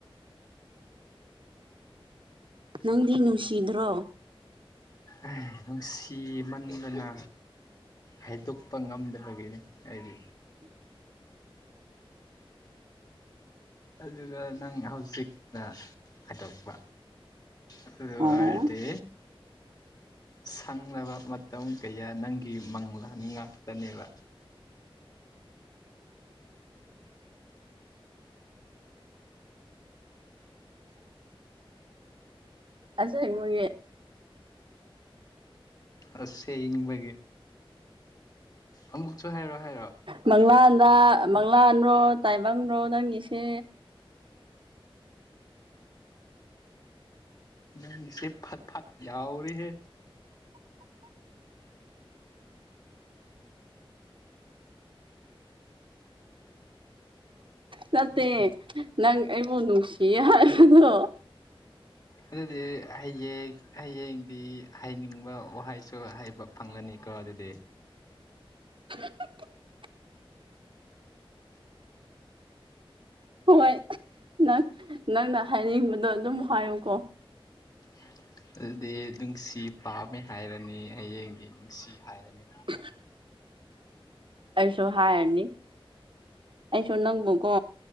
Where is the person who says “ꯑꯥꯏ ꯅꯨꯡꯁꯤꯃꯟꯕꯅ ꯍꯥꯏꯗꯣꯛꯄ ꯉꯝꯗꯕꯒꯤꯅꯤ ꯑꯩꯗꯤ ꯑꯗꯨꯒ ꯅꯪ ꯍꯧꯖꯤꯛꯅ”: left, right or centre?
Left